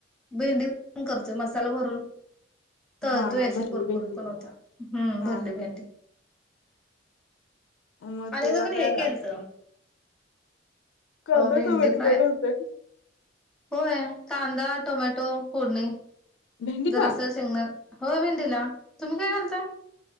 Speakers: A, in the centre; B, on the left (about 75°).
A: भेंडी <unintelligible> करतोय मसाला भरून. तर
B: हा
A: ते
B: हा
A: अस
B: भरली
A: कुरकुरीत
B: भेंडी
A: पण होता. हम्.
B: हा
A: भरली
B: हा
A: भेंडी.
B: मग
A: आणि
B: त्याला
A: एकदा पण हे
B: काय?
A: केलत
B: कांदा
A: अ भेंडी
B: टोमॅटो
A: फ्राय.
B: काय घालताय
A: होय. कांदा, टोमॅटो फोडणी.
B: भेंडीला
A: जरास शेंगदाण. हो. भेंडीला. तुम्ही काय घालता?